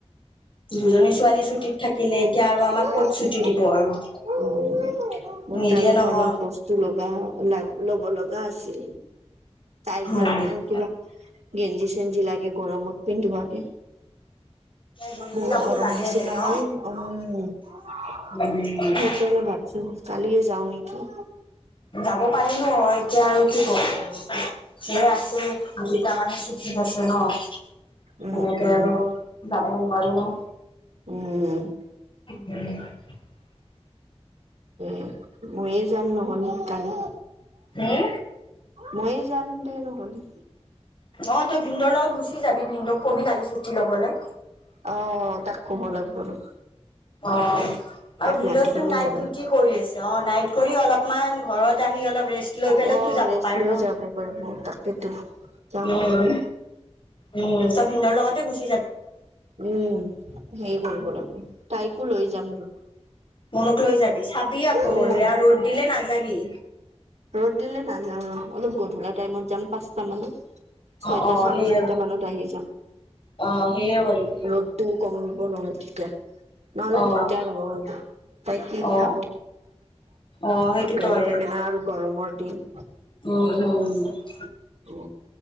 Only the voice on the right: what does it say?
অ
<unintelligible> মোৰ
তাৰ মানে
অলপ বস্তু লগা <unintelligible> <unintelligible> লব লগা আছিল তাইৰ
কাৰণেও
কিবা গেজী চেন গেঞ্জি লাগে গৰমত পিন্ধোৱাকে
উ
গৰম
দিছে
নহয়
উম। সেইকাৰণে
ভাবছো কালিয়ে যাও নেকি।
উম উম
উম।
<inaudible> ময়ে যাম নহ'লে কালি
ময়ে যাম দে নহ'লি।
অ তাক ক'ব লাগিব ৰ
তাক
মাতি কেনে
যাব
অ
ৰেষ্ট
লৈ
যাব পাৰিব তাকেতো
যাম ৰ
উম, হেই কৰব লাগব তাইকো লৈ যাম ৰ
উম
ৰ'দ দিলে নাযাওঁ ৰ অলপ গধূলা টাইমত যাম। পাঁচটা মানত ছয়টা
চাৰে
ছয়টা মানত আহি যাম।
ৰ'দটোও কমিব নহয়, তেতিয়া নহ'লে
দিগদাৰ হ তাই কি
খাব
ভোক
লাগি থাকে না আৰু গৰমৰ দিন
উ